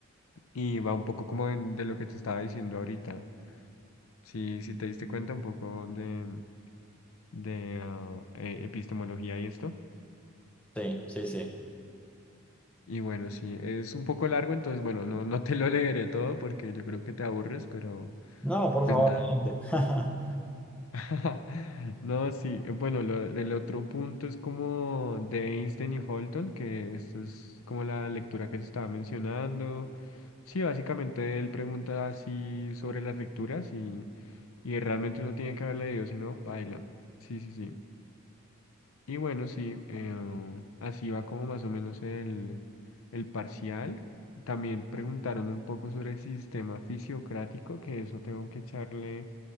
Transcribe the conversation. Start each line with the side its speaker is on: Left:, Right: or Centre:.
Left: y va un poco como en- de lo que te estaba diciendo ahorita. Si, si te diste cuenta un poco de, de ah, eh, epistemología y esto.
Centre: Sí, sí, sí.
Left: Y bueno, sí, es un poco largo, entonces bueno, no, no te lo leeré todo porque yo creo que te aburres, pero
Centre: No, por
Left: pues
Centre: favor,
Left: nada.
Centre: gente. <laughs>
Left: <laughs> No, sí. eh, Bueno, lo- el otro punto es como de Einstein y Holton, que esto es como la lectura que se estaba mencionando. Sí, básicamente él pregunta así sobre las lecturas y, y realmente uno tiene que haber leído, si no, baila. Sí, sí, sí. Y bueno, sí, eh, así va como más o menos el, el parcial. También preguntaron un poco sobre el sistema fisiocrático, que eso tengo que echarle